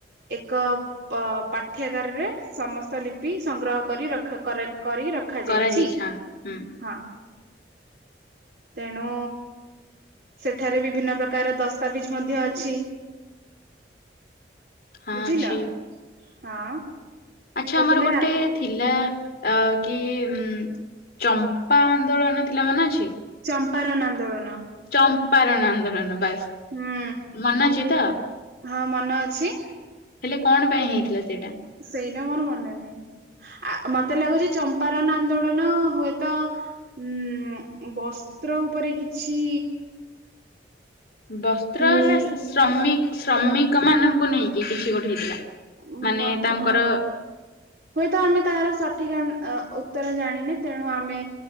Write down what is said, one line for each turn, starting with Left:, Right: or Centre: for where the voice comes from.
Right: ଏକ ଅ ପାଠ୍ୟାଗାରରେ ସମସ୍ତ ଲିପି ସଂଗ୍ରହ କରି ରଖ କର କରି ରଖାଯାଇଛି
Left: କରାଯାଇଛି ହଁ ହୁଁ
Right: ହଁ ତେଣୁ ସେଠାରେ ବିଭିନ୍ନ ପ୍ରକାର ଦସ୍ତାବିଜ ମଧ୍ୟ ଅଛି।
Left: ହଁ
Right: ବୁଝିଲ
Left: ଅଛି।
Right: ହଁ।
Left: ଆଚ୍ଛା
Right: ତ
Left: ଆମର
Right: ତୁମେ
Left: ଗୋଟେ ଥିଲା ଅ। କି ଉ ଚମ୍ପା ଆନ୍ଦୋଳନ ଥିଲା ମନେ ଅଛି।
Right: ଚମ୍ପାରନ୍ ଆନ୍ଦୋଳନ।
Left: ଚମ୍ପାରଣ ଆନ୍ଦୋଳନ ବାସ୍
Right: ହୁଁ
Left: ମନ ଅଛି ତ।
Right: ହଁ ମନ ଅଛି।
Left: ହେଲେ କଣ ପାଇଁ ହେଇଥିଲା ସେଇଟା
Right: ସେଇଟା ମୋର ମନେ ନାହିଁ ଆ ମତେ ଲାଗୁଛି ଚମ୍ପାରନ ଆନ୍ଦୋଳନ ହୁଏତ ଉଁ ବସ୍ତ୍ର ଉପରେ କିଛି
Left: ବସ୍ତ୍ର
Right: ନୀଳ
Left: ନା ଶ୍ରମି ଶ୍ରମିକ ମାନଙ୍କୁ ନେଇକି କିଛି ଗୋଟେ ହେଇଥିଲା।
Right: ଉ
Left: ମାନେ ତାଙ୍କର
Right: ହଁ ହୁଏତ ଆମେ ତାର ସଠିକ ଆନ୍। ଅ ଉତ୍ତର ଜାଣିନେ ତେଣୁ ଆମେ